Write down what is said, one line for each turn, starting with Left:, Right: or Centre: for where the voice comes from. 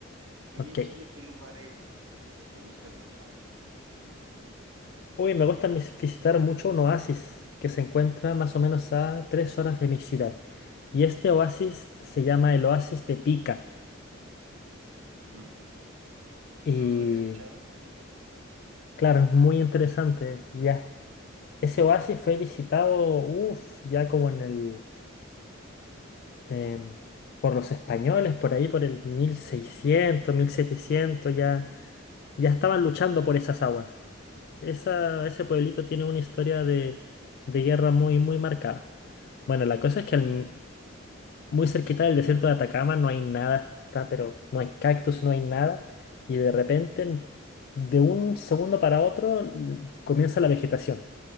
Right: allá
Left: Ok.
Right: en Chile, ¿qué lugares eh, te gusta visitar?
Left: Uy, me gusta mis- visitar mucho un oasis que se encuentra más o menos a tres horas de mi ciudad. Y este oasis se llama el Oasis de Pica.
Right: Ujú.
Left: Y
Right: No, no lo había escuchado.
Left: Claro, es muy interesante. Ya, ese oasis fue visitado, uff, ya como en el, em, por los españoles, por ahí por el mil seiscientos, mil setecientos, ya, ya estaban luchando por esas aguas. Esa,
Right: Ujú,
Left: ese pueblito tiene una historia de, de guerra muy, muy marcada. Bueno, la cosa es que al- muy cerquita del desierto de Atacama no hay nada, está, pero no hay cactus, no hay nada, y de repente, de un segundo para otro, l- comienza la vegetación.